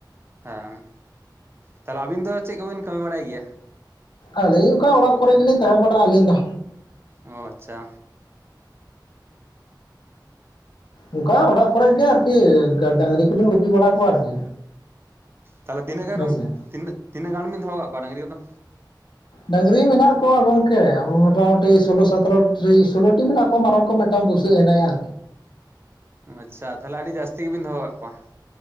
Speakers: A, on the right; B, on the left.
A: ᱦᱮᱸ ᱛᱟᱦᱚᱞᱮ ᱟᱹᱵᱤᱱ ᱫᱚ ᱪᱮᱫ ᱠᱚᱵᱤᱱ ᱠᱟᱹᱢᱤ ᱵᱟᱲᱟᱭ ᱜᱮᱭᱟ
B: ᱟᱹᱞᱤᱧ ᱚᱠᱟ ᱚᱲᱟᱜ ᱠᱚᱨᱮ ᱜᱮᱞᱤᱧ ᱛᱟᱦᱮᱸ ᱵᱟᱲᱟᱜᱼᱟ ᱟᱹᱞᱤᱧ ᱫᱚ
A: ᱚ ᱟᱪᱪᱷᱟ
B: ᱚᱝᱠᱟ ᱚᱲᱟᱜ ᱠᱚᱨᱮ ᱜᱮ ᱟᱨᱠᱤ ᱰᱟᱝᱨᱤ ᱠᱚᱞᱤᱧ ᱜᱩᱯᱤ ᱵᱟᱲᱟ ᱠᱚᱣᱟ ᱟᱨᱠᱤ
A: ᱛᱟᱦᱞᱮ ᱛᱤᱱᱟᱹ ᱜᱟᱱ
B: ᱦᱮᱸᱥᱮ
A: ᱨᱩᱢ ᱛᱤᱱᱟᱹᱜ ᱛᱤᱱᱟᱹᱜ ᱜᱟᱱ ᱵᱤᱱ ᱫᱚᱦᱚ ᱟᱠᱟᱜ ᱠᱚᱣᱟ ᱰᱟᱝᱨᱤ ᱠᱚᱫᱚ
B: ᱰᱝᱨᱤ ᱢᱮᱱᱟᱜ ᱠᱚᱣᱟ ᱜᱚᱢᱠᱮ ᱟᱵᱚ ᱢᱚᱴᱟᱢᱩᱴᱤ ᱥᱳᱞᱳ ᱥᱚᱛᱮᱨᱳᱚᱴᱤ ᱥᱳᱞᱳᱴᱤ ᱢᱮᱱᱟᱜ ᱠᱚᱣᱟ ᱢᱟᱨᱟᱝ ᱠᱚ ᱢᱤᱫᱴᱟᱝ ᱵᱩᱥ ᱥᱟᱹᱜ ᱢᱮᱱᱟᱭᱟ,
A: ᱟᱪᱪᱷᱟ ᱛᱟᱦᱚᱞᱮ ᱟᱹᱰᱤ ᱡᱟᱹᱥᱛᱤ ᱜᱮᱵᱤᱱ ᱫᱚᱦᱚ ᱟᱠᱟᱫ ᱠᱚᱣᱟ,